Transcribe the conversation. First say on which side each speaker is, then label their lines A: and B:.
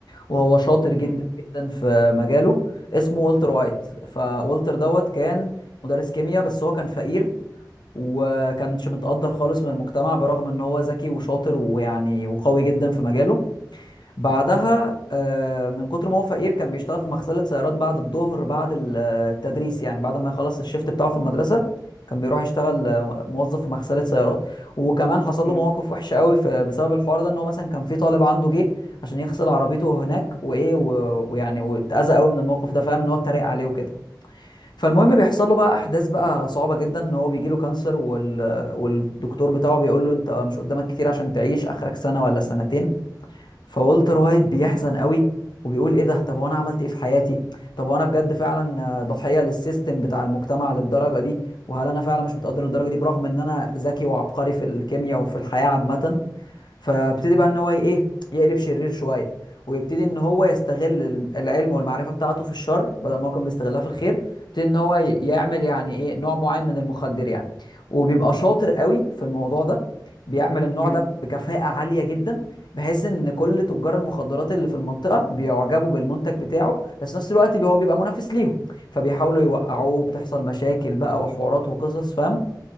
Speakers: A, on the left; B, on the left.
A: وهو شاطر جدا
B: م-
A: جدا في مجاله اسمه والتر وايت فوالتر دوت كان مدرس كيمياء بس هو كان فقير وكانش متقدر خالص من المجتمع برغم ان هو ذكي وشاطر ويعني وقوي جدا في مجاله بعدها آه، من كتر ما هو فقير كان بيشتغل في مغسلة سيارات بعد الظهر بعد ال- آه، التدريس يعني بعد ما يخلص الشيفت بتاعه في المدرسة كان بيروح يشتغل آه، موظف في مغسلة سيارات وكمان حصل
B: م-
A: له مواقف وحشة قوي في بسبب الحوار ده ان هو مثلا كان في طالب عنده جه عشان يغسل عربيته هناك وايه و- ويعني واتأذى قوي من الموقف ده فاهم ان هو اتريق عليه وكده فالمهم
B: م-
A: بيحصل له بقى احداث بقى صعبة جدا ان هو بيجي له كانسر وال... والدكتور بتاعه بيقول له انت مش قدامك كتير عشان تعيش اخرك سنة ولا سنتين فولتر وايت بيحزن قوي وبيقول ايه ده طب هو انا عملت ايه في حياتي طب هو انا بجد فعلا آه، ضحية للسيستم بتاع المجتمع للدرجة دي وهل انا فعلا مش متقدر للدرجة دي برغم ان انا ذكي وعبقري في الكيمياء وفي الحياة عامة فابتدي بقى ان هو ايه يقلب شرير شويه ويبتدي ان هو يستغل الم- العلم والمعرفه بتاعته في الشر بدل ما هو كان بيستغلها في الخير يبتدي ان هو ي- يعمل يعني ايه نوع معين من المخدر يعني وبيبقى شاطر قوي في الموضوع ده بيعمل النوع
B: م.
A: ده بكفاءه عاليه جدا بحيث ان كل تجار المخدرات اللي في المنطقه بيعجبوا بالمنتج بتاعه بس في نفس الوقت بي- هو بيبقى منافس ليهم فبيحاولوا يوقعوه بتحصل مشاكل بقى وحوارات وقصص فاهم